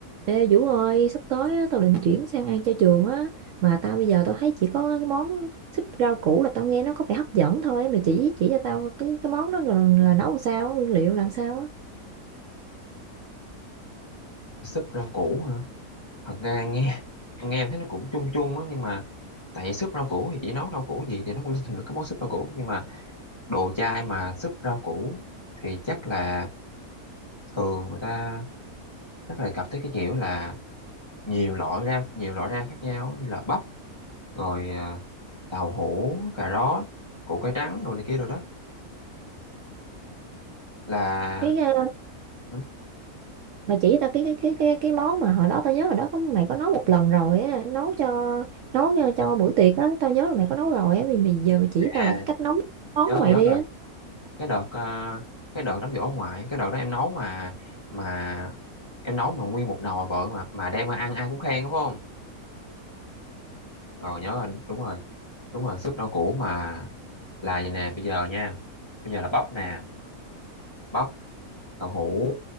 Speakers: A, on the right (about 65°); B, on the left (about 20°).
A: Ê Vũ ơi, sắp tới á, tao định chuyển sang ăn cho trường á mà tao bây giờ tao thấy chỉ có cái món súp rau củ là tao nghe nó có vẻ hấp dẫn thôi mày chỉ chỉ cho tao cái cái món đó rồi là nấu làm sao á, nguyên liệu làm sao á.
B: súp rau củ hả thật ra nghe em nghe em thấy nó cũng chung chung á nhưng mà tại vì súp rau củ thì chỉ nấu rau củ gì thì nó cũng thành được cái món súp rau củ nhưng mà đồ chai mà súp rau củ thì chắc là thường người ta chắc là cặp tới cái kiểu là nhiều loại rau nhiều loại rau khác nhau như là bắp rồi à, tàu hũ cà rốt củ cải trắng đồ này kia rồi đó là
A: Cái ờ,
B: ừ,
A: mày chỉ tao cái cái cái cái cái món mà hồi đó tao nhớ hồi đó có mày có nấu một lần rồi á, nấu cho nấu cho, cho buổi tiệc á, tao nhớ là mày có nấu rồi á, mày mày giờ mày chỉ
B: à
A: tao lại cái cách nấu món
B: nhớ
A: của mày
B: nhớ
A: đi
B: rồi
A: á.
B: cái đợt ờ, cái đợt đám giỗ ông ngoại cái đợt đó em nấu mà mà em nấu mà nguyên một nồi bự mà mà đem mà ăn ai cũng khen đúng không rồi nhớ là đúng rồi đúng rồi súp rau củ mà là vậy nè bây giờ nha bây giờ là bắp nè bắp đậu hũ